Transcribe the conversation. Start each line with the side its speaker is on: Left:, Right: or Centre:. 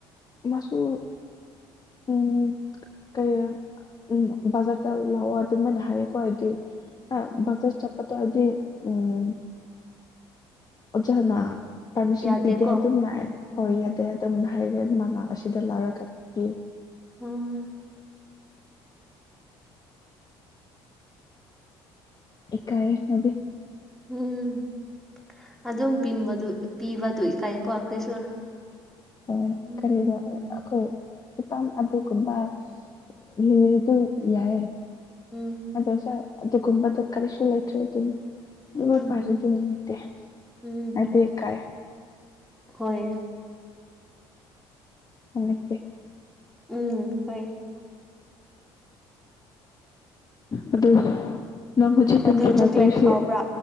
Left: ꯃꯥꯁꯨ ꯎꯝ ꯀꯩ ꯎꯝ ꯕꯖꯥꯔꯗ ꯂꯥꯛꯑꯣ ꯑꯗꯨꯃꯥꯏꯅ ꯍꯥꯏꯌꯦꯀꯣ ꯍꯥꯏꯗꯤ ꯑ
Centre: ꯎꯝ
Left: ꯕꯥꯖꯥꯔ ꯆꯠꯞꯇꯣ ꯑꯩꯗꯤ ꯎꯝ ꯑꯣꯖꯥꯅ ꯄꯥꯔꯃꯤꯁꯟ
Centre: ꯌꯥꯗꯦꯀꯣ
Left: ꯄꯤꯗꯦ ꯑꯗꯨꯝ ꯂꯥꯛꯑꯦ
Centre: ꯎꯝ
Left: ꯍꯣꯏ ꯌꯥꯗꯦ ꯇꯝꯅ ꯍꯥꯏꯅ‌ꯦ ꯃꯅꯥ ꯑꯁꯤꯗ ꯂꯥꯏꯔꯒ ꯄꯤ
Centre: ꯎꯝ
Left: ꯏꯀꯥꯏ ꯁꯕꯤ
Centre: ꯎꯝ ꯑꯗꯨꯝ ꯄꯤꯝꯕꯗꯨ ꯄꯤꯕꯗꯨ ꯏꯀꯥꯏꯀꯣ ꯑꯩꯈꯣꯏꯁꯨ
Left: ꯍꯣꯏ
Centre: ꯎꯝ
Left: ꯀꯔꯤꯔꯥ
Centre: ꯎꯝ
Left: ꯑꯩꯈꯣꯏ ꯈꯤꯇꯝ ꯑꯗꯨꯒꯨꯝꯕꯥ <inaudible> ꯌꯥꯏ
Centre: ꯎꯝ
Left: ꯑꯗꯣꯏꯁ ꯑꯗꯨꯒꯨꯝꯕꯗ‌ꯣ ꯀꯔꯤꯁꯨ ꯂꯩꯇ꯭ꯔꯦ ꯑꯗꯨꯅ ꯑꯗꯨꯃ
Centre: ꯎꯝ
Left: ꯄꯥꯏꯔꯦꯗꯤ ꯅꯨꯃꯤꯠꯇꯦ
Centre: ꯎꯝ
Left: ꯑꯗꯤ ꯀꯥꯏ
Centre: ꯍꯣꯏ
Left: ꯅꯨꯉꯥꯏꯇ‌ꯦ
Centre: ꯎꯝ ꯍꯣꯏ
Left: ꯑꯗ‌ꯣ ꯅꯪ ꯍꯧꯖꯤꯛ ꯇꯝꯒꯤ
Centre: ꯑꯗꯨ ꯆꯣꯀ꯭ꯂꯦꯠ
Left: ꯋꯥꯇ‌ꯣꯏꯁꯤ
Centre: ꯍꯥꯎꯕ꯭ꯔꯥ